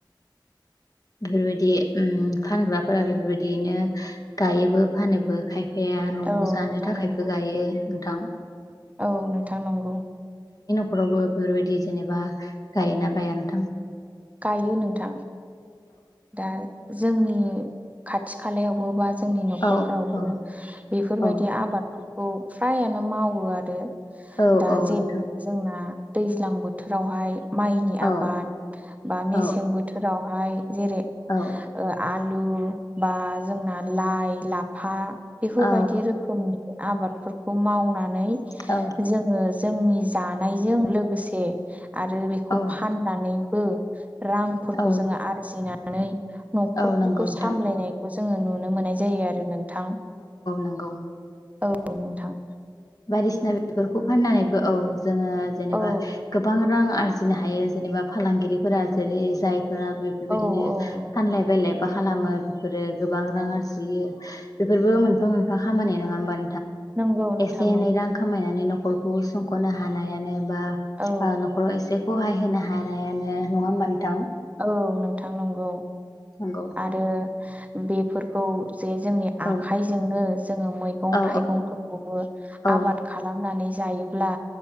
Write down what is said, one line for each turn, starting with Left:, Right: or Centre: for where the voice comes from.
Right: <inaudible>
Left: बेफोरबायदि उ फानग्राफोरा बेफोरबायदियैनो गायोबो फानोबो खायफ बिया न'आव
Right: औ
Left: जानो
Right: नोंथां
Left: थाखायबो
Right: नंगौ
Left: गायो नोंथां।
Right: औ नोंथां नंगौ।
Left: नखावबो बेफोरबायदि जेनेबा गायोना गायानोथां
Right: गायो नोंथां। दा जोंनि खाथि खालायावबो बा जोंनि न'खरफ्रावबो
Left: औ औ
Right: बेफोरबायदि
Left: औ
Right: आबादफोरखौ फ्रायानो मावो आरो
Left: औ
Right: दा
Left: औ
Right: जे
Left: नोंथां
Right: जोंना दैज्लां बोथोरावहाय माइनि आबाद
Left: औ
Right: बा
Left: औ
Right: मेसें बोथोरावहाय जेरै
Left: औ
Right: ओ आलु बा जोंना लाइ लाफा बेफोरबायदि
Left: औ
Right: रोखोमनि आबादफोरखौ मावनानै
Left: औ
Right: जोङो जोंनि जानायजों लोगोसे आरो बेखौ
Left: औ
Right: फाननानैबो रांफोरखौ
Left: औ
Right: जोङो आरजिनानै न'खरफोरखौ
Left: औ नंगौ नोंथां
Right: सामलायनायखौ जोङो नुनो मोननाय जायो आरो नोंथां।
Left: नांगौ।
Right: <unintelligible> दनो <unintelligible> थां
Left: बायदिसिना बेफोरखौ फाननानैबो औ जोङो जेनेबा
Right: औ
Left: गोबां रां आरजि नो हायो जेनेबा फालांगिरिफोरा जेरै जायफोरा बेफोरबायदिनो
Right: औ औ
Left: फानलाय बायलाय बाख खालामो बेफोरो गोबां रां आरजियो बेफोरबो मोनफा मोनफा खामानि नङा होमब
Right: नंगौ नोंथां
Left: एसे
Right: नंगौ।
Left: एनै रां खामायनानै न'खरखौ सुंख'नो हानायानो बा ओ
Right: औ
Left: न'खराव एसेखौहाय होनो हानायानो नङा होमबाथां?
Right: औ नोंथां नंगौ
Left: नंगौ
Right: आरो बेफोरखौ जे जोंनि
Left: औ
Right: आखाइजोंनो जोङो मैगं
Left: औ
Right: थाइगंफोरखौबो
Left: औ
Right: आबाद खालामनानै जायोब्ला